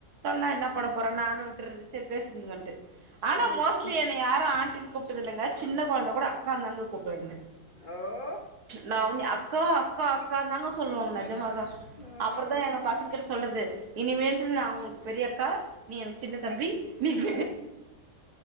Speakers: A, on the right; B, on the left.
A: சொன்னா என்ன பண்ண போறா நானு விட்றது செரி பேசிகங்கன்னு ஆனா
B: ஓகே
A: மோஸ்ட்லி என்ன யாரு ஆண்டினு கூப் ட்ருதுல்லங்க சின்ன கொழந்த கூட அக்கான்தாங்க கூப்டு என்ன
B: ஓ
A: ந உன்ய அக்கா அக்கா அக்கான்தாங்க சொல்லுவாங்க நெஜமாதா
B: ஓ ஆ
A: அப்றந்தா எங்க பசங்க கிட்ட சொல்றது இனிமேட்டு நா உங்ளுக்கு பெரிய அக்கா நீ எனக்கு சின்ன தம்பி நீ <inaudible>